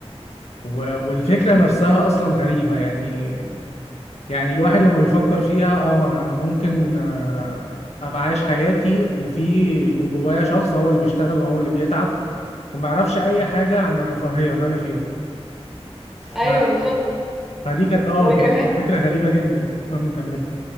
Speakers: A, on the left; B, in the centre.
A: و- والفكرة نفسها اصلا غريبة يعني يعني الواحد لما بيفكر فيها اه يعني انا ممكن آه، ابقى عايش حياتي وفي وجوايا شخص هو اللي بيشتغل وهو اللي بيتعب وما يعرفش اي حاجة عن الرفاهية اللي انا فيها ف...
B: ايوه بالظبط
A: فدي كانت اه
B: وكمان
A: يعني كانت فكرة غريبة جدا المهم كملي